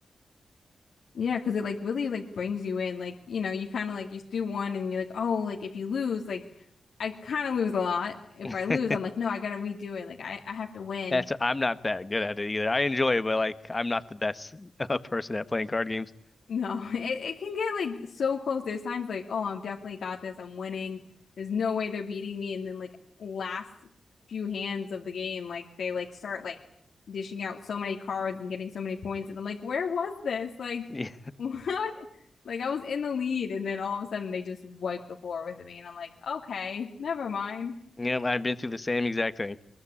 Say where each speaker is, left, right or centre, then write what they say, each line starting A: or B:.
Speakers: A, on the left; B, on the left.
A: Yeah, because it like really like brings you in. Like, you know, you kind of like you do one and you're like, oh, like if you lose, like I kind of lose a lot. If
B: <laughs>
A: I lose, I'm like, no, I gotta redo it. Like I, I have to win.
B: That's I'm not that good at it either. I enjoy it, but like I'm not the best <laughs> uh, person at playing card games.
A: No, <laughs> it, it can get like so close. There's times like, oh, I'm definitely got this. I'm winning. There's no way they're beating me. And then like last few hands of the game, like they like start like dishing out so many cards and getting so many points. And I'm like, where was this? Like,
B: <laughs> Yeah.
A: <laughs> what? Like I was in the lead, and then all of a sudden they just wipe the floor with me, and I'm like, okay, never mind.
B: Yeah, I've been through the same exact thing.